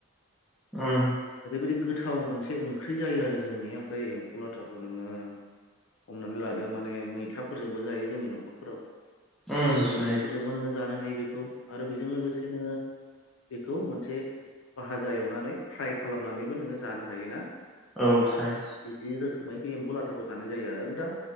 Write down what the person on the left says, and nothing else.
ओरैबायदि गोथाव मोनसे ओंख्रि जायो आरो जोंनि ओमफ्राय एम्फौ लाथाखौ नोङो हमनानै लादो माने मैथाफोरजोंबो जायो जोंनि न'खरफोराव
जोगोनारफोरजोंबो
नोङो जानो हायो बेखौ आरो बेजों लोगोसे नोङो बेखौ मोनसे भाजा एवनानै फ्राय खालामनानैबो नोङो जानो हायोना
दा बिदि रोखोमै बे एम्फौ लाथाखौ जानाय जायो आरो। आरो दा